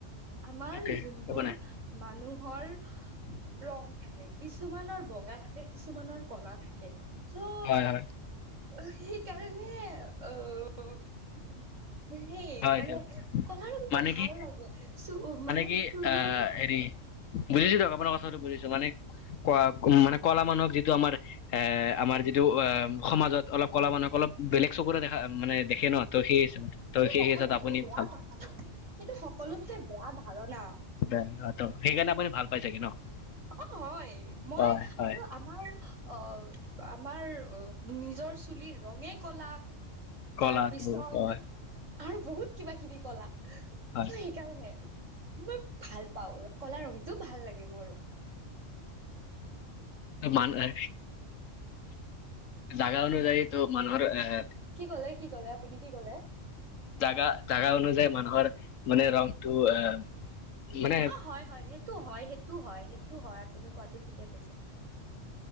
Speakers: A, on the right; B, on the left.
A: আমাৰ
B: অকে
A: যোনবোৰ
B: একো নাই
A: মানুহৰ ৰং থাকে কিছুমানৰ বগা থাকে কিছুমানৰ কলা থাকে। চ'
B: হয়, হয়।
A: সেইকাৰণে আহ সেই
B: হয়
A: মানে
B: দিয়ক
A: কলা ৰঙটো
B: মানে
A: ভাল
B: কি
A: লাগে মানে
B: কি
A: চুলিৰ
B: আহ হেৰি বুজিছো দিয়ক আপোনাৰ কথাটো বুজিছো মানে ক উম মানে কলা মানুহক যিটো আমাৰ এ আমাৰ যিটো টো অ' সমাজত অলপ কলা মানক অলপ বেলেগ দেখা মানে দেখে ন ত' হিচাপে ত
A: এইটো
B: সেই
A: সকলোতকে
B: হিচাপত আপুনি
A: বেয়া
B: ভাল
A: কথা
B: পায়
A: এইেটো সকলোতকে বেয়া ধাৰণা।
B: বে ত সেইকাৰণে আপুনি ভাল পাই চাগে ন।
A: অ', হয় মই
B: হয় হয়
A: আৰু আমাৰ অ', আমাৰ নিজৰ চুলিৰ ৰঙে কলা
B: কলাটো
A: তাৰ পিছত
B: হয়
A: আৰু বহুত কিবা কিবি কলা।
B: হয়
A: সেইকাৰণে মই ভাল পাওঁ কলা ৰংটো ভাল লাগে মোৰ।
B: ত' মানুহ জাগা অনুযায়ীতো মানুহৰ অ'
A: কি ক'লে কি ক'লে আপুনি কি ক'লে
B: জাগা জাগা অনুযায়ী মানুহৰ মানে ৰংটো আহ মানে
A: অ', হয় হয় সেইটো হয় সেইটো হয় সেইটো হয় আপুনি কোৱাটো ঠিকে কৈছে।